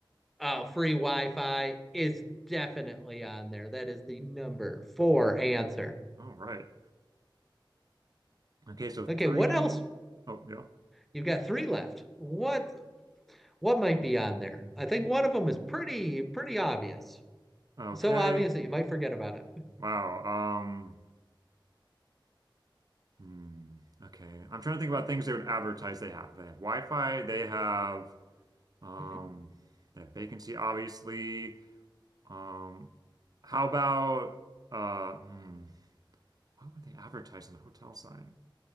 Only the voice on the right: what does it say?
All right. Okay, so three.
Oh, yeah.
Okay.
Wow. Um, hmm. Okay. I'm trying to think about things they would advertise they have. They have Wi-Fi, they have um
they have vacancy, obviously. Um, how about uh hmm, what would they advertise on the hotel side?